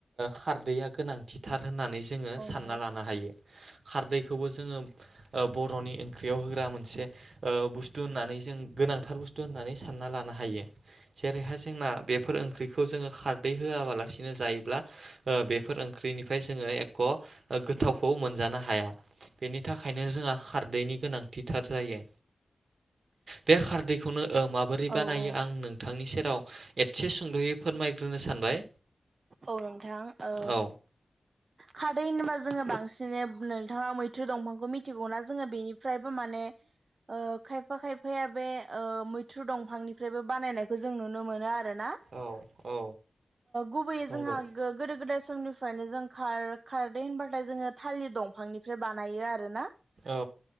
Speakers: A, on the right (about 75°); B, on the right (about 55°).
A: खारदैया गोनांथिथार होननानै जोङो
B: औ
A: सानना
B: नंगौ
A: लानो हायो खारदैखौबो जोङो बर'नि ओंख्रियाव होग्रा मोनसे बुस्थु होननानै जों गोनांथार बुस्थु होननानै सानना लानो हायो जेरैहाय जोंना बेफोर ओंख्रिखौ जोङो खारदै होआबालासिनो जायोब्ला बेफोर ओंख्रि ओंख्रिनिफ्राय जोङो एख' गोथावखौ मोनजानो हा हाया बेनि थाखायनो जोंहा खारदैनि गोनांथिथार जायो बे खारदैखौनो ओ माबोरै
B: औ
A: बानायो
B: औ
A: आं नोंथांनि सेराव एसे सुंद'यै फोरमायग्रोनो सानबाय
B: औ नोंथां ओ
A: औ
B: खारदै होनबा जोंङो बांसिन नोंथांङा मैथ्रु दंफांखौ मिथिगौना जोंहा बेनिफ्रायबो माने ओ खायफा खायफाया ओ बे ओ मैथ्रु दंफांनिफ्रायबो बानायनायखौ जों नुनो मोनो आरो ना
A: औ औ
B: गुबैयै
A: नंगौ
B: जोंहा गोदो समनिफ्रायनो जों खारदै होनबाथाय जोंङो थाालिर दंफांनिफ्राय बानायो आरोना
A: औ